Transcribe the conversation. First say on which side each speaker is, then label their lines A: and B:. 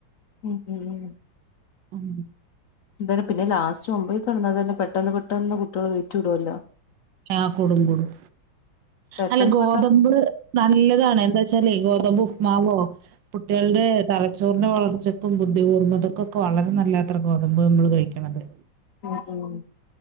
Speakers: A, on the left; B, on the right.
A: ഉം ഉം ഉം
B: ഉം
A: എന്തെ പിന്നെ ലാസ്റ്റ് ഒമ്പേൽക് കടന്നാൽ തന്നെ പെട്ടന്ന് പെട്ടെന്ന് കുട്ട്യേള് വെയ്റ്റുടെല്ലോ
B: ആഹ കൂടും കൂടും
A: പെട്ടെന്ന്
B: അല്ല ഗോതമ്പ്
A: പെട്ടെന്ന്
B: നല്ലതാണ് എന്താച്ചാല് ഗോതമ്പ് ഉപ്മാവോ കുട്ടിയാൾടെ തലച്ചോറിന്റെ വളർച്ചക്കും ബുദ്ധി കൂർമ്മതക്കുംഒക്കെ വളരെ നല്ലാത്രെ ഗോതമ്പ് നമ്മള് കഴിക്കണത്
A: ആഹ് ഉം